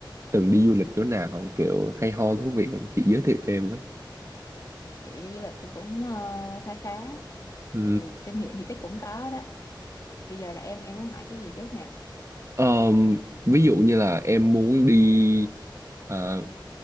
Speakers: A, on the right (about 35°); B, on the left (about 40°).
A: từng đi du lịch chỗ nào kiểu hay ho thú vị không? Chị giới thiệu cho em với.
B: Chị đi du lịch thì cũng ờ, khá khá.
A: Ừ.
B: Thì kinh nghiệm thì chắc cũng có đó. Bây giờ là em em muốn hỏi cái gì trước nè?
A: Ờm, ví dụ như là em muốn đi ờ,